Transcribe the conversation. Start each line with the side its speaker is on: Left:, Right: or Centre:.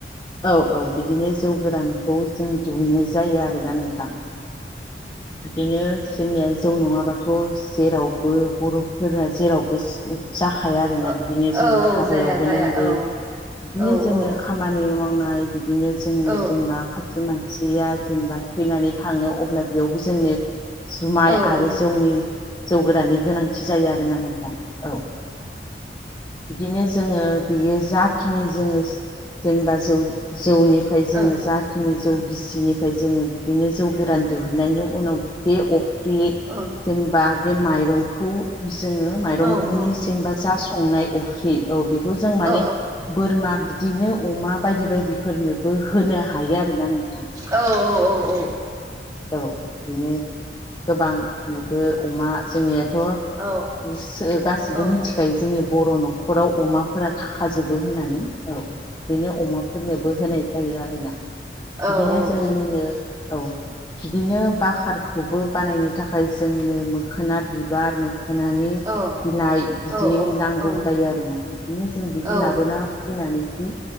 Left: औ औ बिदिनो जौ गोरानखौ जों दिहुनाय जायो आरोना नोंथां बिदिनो जोंनिया जौ नङाबाथ जेरावबो बर' फोरा जेरावबो जाखाया आरोना
Right: औ
Left: बिदिनो जोंनो
Right: औ औ
Left: हाबायावबो
Right: जाया जाया
Left: नांगो
Right: औ
Left: बिदिनो
Right: औ
Left: जोंनो
Right: औ
Left: खामानि मावनाय बिदिनो जोंनो
Right: औ
Left: जेनबा सासे मानसिया जेनेबा थैनानै थाङो अब्ला बेयावबो जोंनो जुमाय
Right: औ
Left: आरो
Right: औ
Left: जौनि जौ गोराननि गोनांथि जायो आरोना नोंथां औ बिदिनो जोङो बियो जाखिनि जोङो जेनेबा जौ जौनि फ्राय जोङो
Right: औ
Left: जाखिनि जौ गिसिनिफ्राय जोङो बिदिनो जौ गोरान दिहुननायनि उनाव बे अफ्रि
Right: ओं
Left: जेनेबा बे माइरंखौ जोङो माइरंनि
Right: औ औ
Left: जेनेबा जा संनाय अफ्रि औ बेखौ जों माने
Right: औ
Left: बोरमा बिदिनो अमा बायदि बायदिफोरनोबो होनो हायो आरोना नोंथां
Right: औ औ औ औ औ
Left: औ बिदिनो गोबां नोबो अमा जोंनियाथ'
Right: औ
Left: गासिबो
Right: औ औ
Left: मिथिखायो जोंनि बर' न'खराव अमा फोरा थाखाजोबो होननानै औ बिनो अमाफोरनोबो होनाय जायो आरोना
Right: औ
Left: बिदिनो
Right: औ
Left: जोंनिनो
Right: औ
Left: औ बिदिनो बाखारखौबो बानायनो थाखाय जोंनो मोखोना बिबार मोखोनानि
Right: औ
Left: बिलाइ बिदि
Right: औ
Left: नांगौ
Right: औ
Left: जायो आरोना बिदिनो जों बिदि
Right: औ
Left: लाबोना फैनानै जि